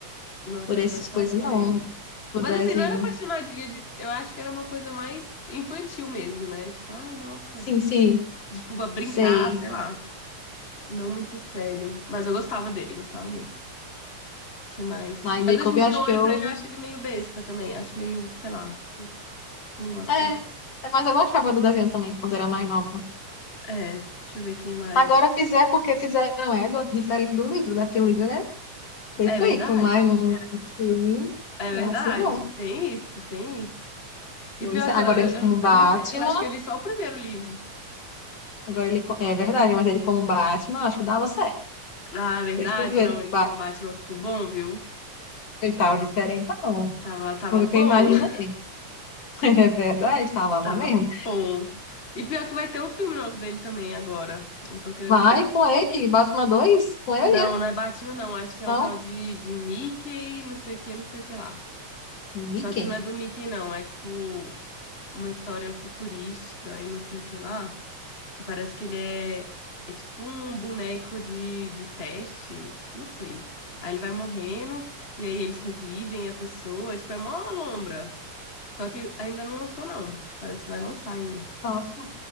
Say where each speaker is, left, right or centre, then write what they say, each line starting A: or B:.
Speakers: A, on the left; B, on the left.
A: nossa,
B: por
A: eu era
B: essas
A: apaixonadinha
B: coisas, não.
A: nele.
B: Por
A: Mas
B: desenho.
A: assim, não era apaixonadinha de. Eu acho que era uma coisa mais infantil mesmo, né? Tipo, ai, nossa.
B: Sim, sim.
A: Tipo, pra brincar,
B: Sei,
A: sei lá. Não muito sério. Mas eu gostava dele, gostava muito. Que mais?
B: mas
A: Mas
B: Jacob,
A: hoje em
B: eu
A: dia
B: acho
A: eu olho
B: que eu.
A: pra ele e acho ele meio besta também. Acho meio, sei lá. Não gosto muito.
B: É, é, mas eu gostava do desenho também, quando era mais nova.
A: É, deixa eu ver quem mais.
B: Agora fizer porque fizeram Edward diferente do livro, né? Porque o livro ele é perfeito,
A: É verdade?
B: mas no no filme
A: É verdade.
B: é assim não.
A: Tem isso, tem isso. E
B: Pois
A: pior
B: é, agora
A: que eu, eu,
B: ele como Batman,
A: eu nunca. Eu acho que eu li só o primeiro livro
B: agora ele. co- É verdade, mas ele como Batman, eu acho que dava certo.
A: Ah,
B: Não
A: é verdade?
B: sei se tu viu
A: Não,
B: ele com
A: ele
B: Batman
A: como Batman ficou bom, viu?
B: e tal, diferente, não.
A: Tava, tava
B: Foi que eu
A: bom.
B: imaginei.
A: <laughs>
B: <laughs> É verdade, estava
A: Tava
B: bom mesmo.
A: bom. E pior que vai ter um filme novo dele também agora. Eu tô querendo
B: Vai
A: ver.
B: com ele, Batman 2, com ele,
A: Não,
B: é?
A: não é Batman, não. Acho que é
B: Não,
A: um tal de, de Mickey, não sei o que, não sei o que lá.
B: Mickey.
A: Só que não é do Mickey, não. É tipo uma história futurística e não sei o que lá. Que parece que ele é, é tipo um boneco de, de teste. Não sei. Aí ele vai morrendo e aí eles revivem a pessoa. Tipo, é mó lombra. Só que ainda não lançou, não. Parece que vai lançar ainda.
B: Nossa.